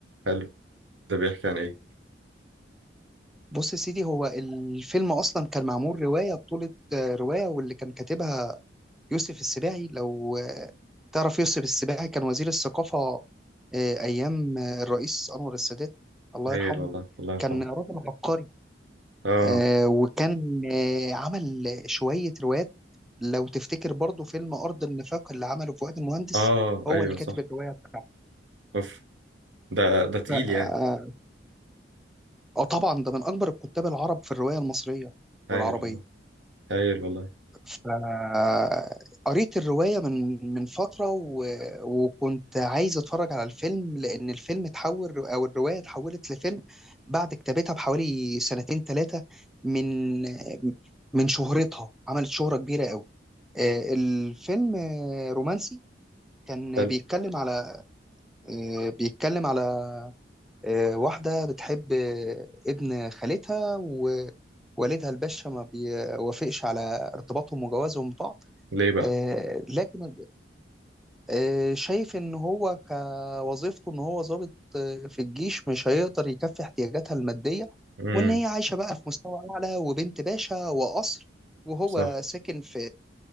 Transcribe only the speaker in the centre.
بص يا سيدي هو الفيلم اصلا كان معمول رواية بطولة آه، رواية واللي كان كاتبها يوسف السباعي لو تعرف يوسف السباعي كان وزير الثقافة آه، أيام آه، الرئيس أنور السادات الله
يرحمه
كان راجل عبقري
آه، وكان آه، عمل شوية روايات لو تفتكر برضو فيلم أرض النفاق اللي عمله فؤاد المهندس
هو
اللي كاتب
الرواية بتاعته
ف- آه
آه، طبعا ده من أكبر الكتاب العرب في الرواية المصرية
والعربية
فقريت الرواية من من فترة و... وكنت عايز اتفرج على الفيلم لأن الفيلم اتحول أو الرواية اتحولت لفيلم بعد كتابتها بحوالي سنتين ثلاثة من من شهرتها عملت شهرة كبيرة قوي آه، الفيلم آه، رومانسي كان
بيتكلم على آه، بيتكلم على آه، واحدة بتحب آه، ابن خالتها ووالدها الباشا ما بيوافقش على ارتباطهم وجوازهم ببعض
آه، لكن آه، شايف ان هو كوظيفته ان هو ضابط آه، في الجيش مش هيقدر يكفي احتياجاتها المادية
وان هي عايشة بقى في مستوى اعلى وبنت باشا وقصر وهو
ساكن في